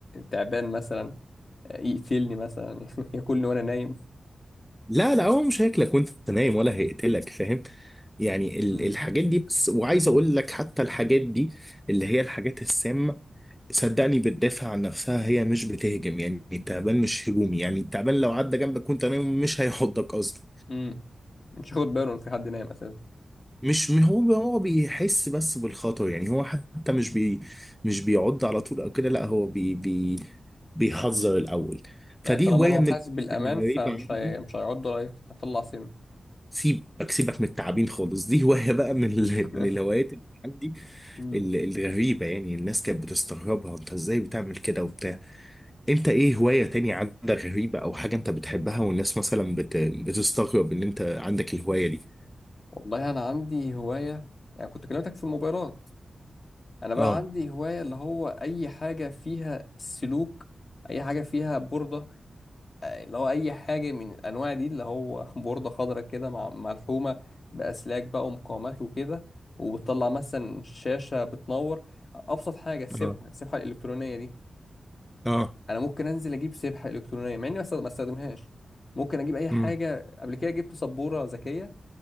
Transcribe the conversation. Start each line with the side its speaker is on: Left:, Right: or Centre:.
Left: تعبان مثلا آه، يقتلني مثلا <laughs> ياكلني وانا نايم
Centre: لا لا هو مش هياكلك وانت نايم ولا هيقتلك فاهم يعني ال-
Left: مم.
Centre: الحاجات دي بس وعايز اقول لك حتى الحاجات دي اللي هي الحاجات السامة صدقني بتدافع عن نفسها هي مش بتهجم يعني التعبان مش هجومي يعني التعبان لو عدى جنبك وانت نايم مش هيحضك اصلا
Left: امم مش هاخد باله ان في حد نايم اساسا
Centre: مش م- هو هو بيحس بس بالخطر يعني هو حتى مش بي مش بيعض على طول او كده لا هو بي بي بيحذر الاول فدي
Left: يعني طالما
Centre: هوايه
Left: هو
Centre: من
Left: حاسس
Centre: الهوايات
Left: بالأمان
Centre: الغريبه
Left: فمش
Centre: عندي
Left: هي... مش هيعض رايت هيطلع سم
Centre: سيبك سيبك من التعابين خالص دي هوايه بقى من ال...
Left: <laughs>
Centre: من الهوايات اللي عندي
Left: مم.
Centre: ال- الغريبه يعني الناس كانت بتستغربها انت ازاي بتعمل كده وبتاع انت ايه هواية تانية عندك غريبة او حاجة انت بتحبها والناس مثلا بت... بتستغرب ان انت عندك الهواية دي
Left: والله أنا عندي هواية يعني كنت كلمتك في الموبايلات أنا بقى
Centre: اه
Left: عندي هواية اللي هو أي حاجة فيها سلوك أي حاجة فيها بوردة آه، اللي هو أي حاجة من الأنواع دي اللي هو <laughs> بوردة خضراء كده مع ملحومة بأسلاك بقى ومقاومات وكده وبتطلع مثلا شاشة بتنور أبسط حاجة السبحة
Centre: اه
Left: السبحة الإلكترونية دي
Centre: اه
Left: انا ممكن انزل اجيب سبحه الكترونيه مع اني ما است- ما استخدمهاش ممكن اجيب اي حاجه
Centre: امم
Left: قبل كده جبت سبوره ذكيه